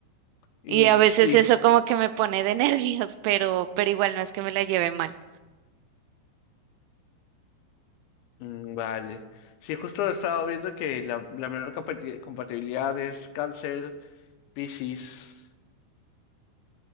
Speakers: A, on the left (about 80°); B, on the right (about 85°).
A: Mm,
B: Y a
A: sí.
B: veces eso como que me pone de <laughs> nervios, pero, pero igual no es que me la lleve mal.
A: Mm, vale. Sí, justo he estado viendo que la, la menor compati- compatibilidad es Cáncer, Piscis